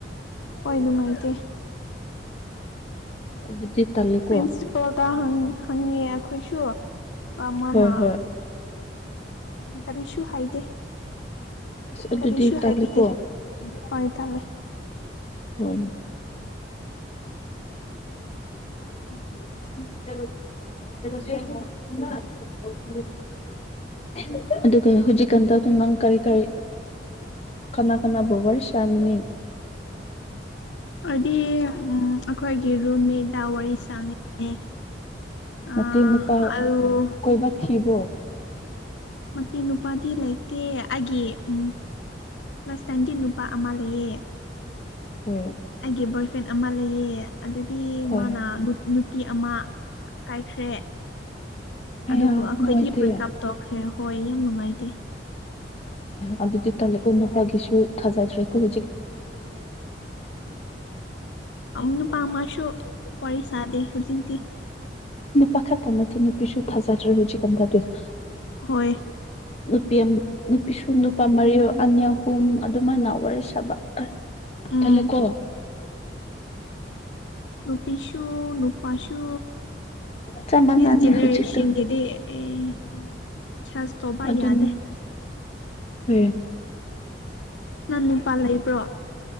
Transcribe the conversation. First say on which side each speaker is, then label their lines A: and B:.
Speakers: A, on the left; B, on the left.
A: ꯍꯣꯏ ꯅꯨꯡꯉꯥꯏ ꯇꯦ
B: ꯑꯗꯨꯗꯤ ꯇꯜꯂꯦꯀꯣ
A: ꯄ꯭ꯔꯤꯟꯁꯤꯄꯜꯗ ꯍꯪꯉꯦ ꯑꯩꯈꯣꯏꯁꯨ ꯑ ꯃꯅꯥ
B: ꯍꯣꯏ ꯍꯣꯏ
A: ꯀꯔꯤꯁꯨ ꯍꯥꯏꯗꯦ
B: ꯑꯁ ꯑꯗꯨꯗꯤ
A: ꯀꯔꯤꯁꯨ
B: ꯇꯜꯂꯦꯀꯣ
A: ꯍꯥꯏꯕꯤꯗꯦ ꯍꯣꯏ ꯇꯜꯂꯦ
B: ꯍꯣꯏ <unintelligible>
A: <inaudible> <inaudible>
B: ꯑꯗꯨꯒ ꯍꯧꯖꯤꯛꯀꯥꯟꯗ ꯅꯪ ꯀꯔꯤ ꯀꯔꯤ ꯀꯅꯥ ꯀꯅꯥ ꯋꯔꯤ ꯁꯥꯃꯤꯟꯅꯩ
A: ꯁꯤ ꯑꯩꯈꯣꯏꯒꯤ ꯔꯨꯝꯃꯦꯠꯗ ꯋꯥꯔꯤ ꯁꯥꯡꯉꯦ
B: ꯅꯠꯇꯦ
A: ꯑ
B: ꯅꯨꯄꯥ
A: ꯑꯂꯨ
B: ꯀꯣꯏꯕ ꯊꯤꯕ꯭ꯔꯣ
A: ꯃꯇꯤ ꯅꯨꯄꯥꯗꯤ‌ ꯂꯩ ꯀ ꯑꯒꯤ ꯎꯝ ꯂꯥꯁ ꯇꯥꯏꯝꯗꯤ ꯅꯨꯄꯥ ꯑꯃ ꯂꯩꯌꯦ
B: ꯍꯣꯏ
A: ꯑꯩꯒꯤ ꯕꯣꯏ ꯐ꯭ꯔꯦꯟ ꯑꯃ ꯂꯩꯌꯦ ꯑꯗꯨꯗꯤ
B: ꯍꯣꯏ
A: ꯃꯥꯅ ꯅꯨꯄꯤ ꯑꯃ ꯀꯥꯏꯈ꯭ꯔꯦ
B: ꯑꯩꯌꯥ
A: ꯑꯗꯨꯕꯨ ꯑꯩꯈꯣꯏꯒꯤ
B: ꯅꯨꯡꯉꯥꯏꯇꯦ
A: ꯕ꯭ꯔꯦꯛꯀꯞ ꯇꯧꯈ꯭ꯔꯦꯣ ꯍꯣꯏ ꯌꯥꯝ ꯅꯨꯡꯉꯥꯏꯇꯦ
B: ꯑꯗꯨꯗꯤ ꯇꯂ ꯀꯣꯟ ꯅꯨꯄꯥꯒꯤꯁꯨ ꯊꯖꯥꯖ꯭ꯔꯦꯀꯣ <inaudible>
A: ꯎ ꯅꯨꯄꯥ ꯑꯃꯁꯁꯨ ꯋꯥꯔꯤ ꯁꯥꯗꯦ ꯍꯧꯖꯤꯛꯇꯤ
B: ꯅꯨꯄꯥ ꯈ ꯇꯅ <unintelligible>
A: ꯍꯣꯏ
B: ꯅꯨꯄꯤ ꯏꯁꯁꯨ ꯅꯨꯄꯥ ꯃꯔꯤ ꯑꯅꯤ ꯑꯍꯨꯝ ꯑꯗꯨꯃꯥꯏꯅ ꯋꯥꯔꯤ ꯁꯥꯕ
A: ꯎꯝ
B: ꯇꯜꯂꯦ ꯀꯣ
A: <inaudible> ꯁꯁꯨ ꯅꯨꯄꯥꯁꯨ
B: ꯆꯞ ꯃꯥꯟꯅꯅꯦ
A: ꯁ ꯖꯦꯅꯦꯔꯦꯁꯟꯒꯤꯗꯤ
B: ꯍꯧꯖꯤꯛꯇꯣ
A: ꯑꯦ ꯁꯇꯣꯕꯥ
B: ꯑꯗꯨꯅꯦ
A: ꯌꯥꯗꯦ
B: ꯍꯣꯏ
A: ꯅꯪ ꯅꯨꯄꯥ ꯂꯩꯕ꯭ꯔꯣ